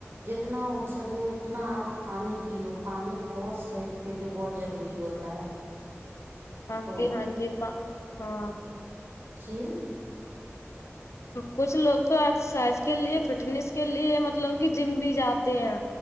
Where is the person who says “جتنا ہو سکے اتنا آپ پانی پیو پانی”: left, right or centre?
Right